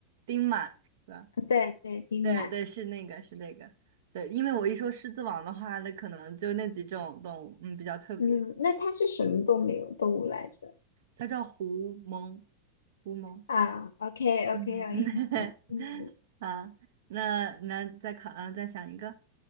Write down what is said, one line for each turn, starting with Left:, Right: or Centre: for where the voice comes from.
Right: 丁满，对吧？
Left: 对对，丁满。
Right: 对对，是那个，是那个，对，因为我一说狮子王的话，那可能就那几种动物，嗯，比较特别。
Left: 嗯，那它是什么动物有动物来着？
Right: 它叫狐獴，狐獴，
Left: 啊，OK OK，
Right: 嗯，
Left: 有印象。
Right: <laughs>
Left: 嗯
Right: 啊，那那再考，啊，再想一个。